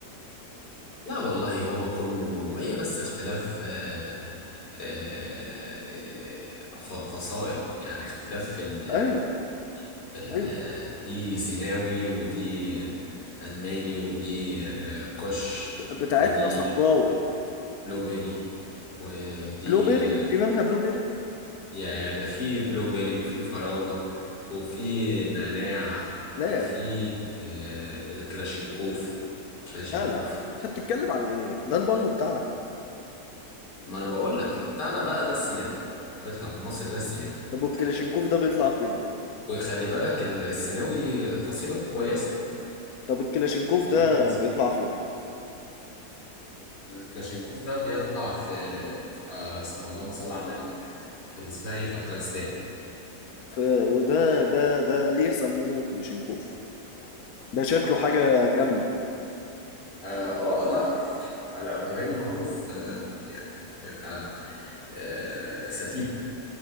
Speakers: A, on the left; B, on the left.
A: لا والله هو كله هي بس اختلاف آه، آه، آه، ف- فصائل يعني اختلاف في ال
B: ايوه
A: في ال
B: ايوه
A: دي سيناوي ودي ألماني ودي آه، كوش
B: ب- بتاعتنا
A: ودي
B: صحراوي
A: بلو بيري ودي
B: بلو بيري
A: آه،
B: في منها بلو بيري
A: يا ده في بلو بيري وفي فراولة وفي نعناع
B: لا
A: وفي
B: يا اخي
A: آه، الكلاشينكوف كلاشينكوف
B: لا لا انت بتتكلم عن ايه ده البانجو بتاعنا
A: ما انا بقول لك بتاعنا بقى ده السيناوي اللي بيطلع في مصر ده السيناوي
B: طب والكلاشينكوف
A: ك-
B: ده بيطلع فين
A: وخلي بالك السيناوي فصيلة كويسة
B: طب الكلاشينكوف ده
A: فصيلة كويسة
B: بيطلع فين؟
A: الكلاشينكوف ده بيطلع في آه اسمه اللهم صل على النبي في اللي اسمها ايه في افغانستان
B: ف... وده ده ده ليه سموه كلاشينكوف؟ ده شكله حاجة جامدة
A: اه آه، لا على افغاني معروف آه يعني بيبقى آه ستيف